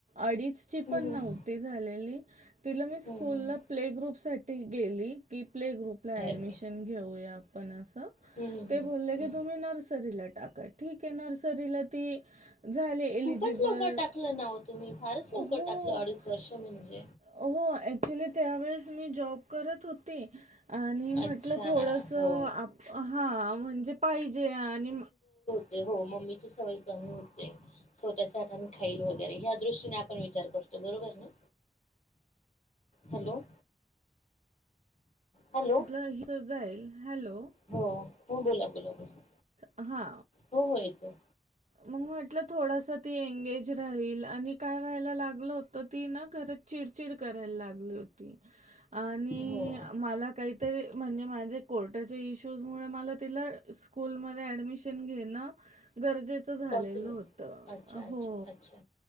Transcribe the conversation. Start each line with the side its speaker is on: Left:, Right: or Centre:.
Right: अडीचची
Left: हम्म
Right: पण नव्हती
Left: हम्म
Right: झालेली तिला मी स्कूल
Left: हम्म हम्म
Right: ला प्ले ग्रुप ग्रुप साठी गेली की प्ले ग्रुपला
Left: अरे
Right: ऍडमिशन घेऊया आपण अस
Left: हम्म हम्म
Right: ते बोलल्या की
Left: हम्म
Right: तुम्ही नर्सरीला टाका ठीक आहे. नर्सरीला ती झाले एलिजिबल
Left: खूपच लवकर टाकलं नाव तुम्ही फारच
Right: हो
Left: लवकर टाकलं अडीच वर्ष म्हणजे
Right: हो ऍक्चुली त्यावेेळेस मी जॉब करत होती. आणि
Left: अच्छा
Right: म्हटलं थोडस आप
Left: हो
Right: हा म्हणजे पाहिजे आणि
Left: ते हो मम्मी सवय कमी होते छोट्या हाताने खाईल वगैरे या् दृष्टीने आपण विचार करतो बरोबर ना
Right: ह
Left: हॅलो, हॅलो.
Right: म्हटलं हि जाईल. हॅलो,
Left: हो हो बोला बोला बोला
Right: हा
Left: हो हो येतो.
Right: मग म्हटलं थोडसा ती एंगेज राहील आणि काय व्हायला लागलं होत ती ना घर चिडचिड करायला लागली होती. आणि
Left: हो
Right: मला काहीतरी म्हणजे माझे कोर्टाच्या इश्यूज मुळ मला तिला स्कूलमध्ये ऍडमिशन घेण. गरजेचं झालेलं
Left: पॉसिबल.
Right: होत
Left: अच्छा अच्छा
Right: हो
Left: अच्छा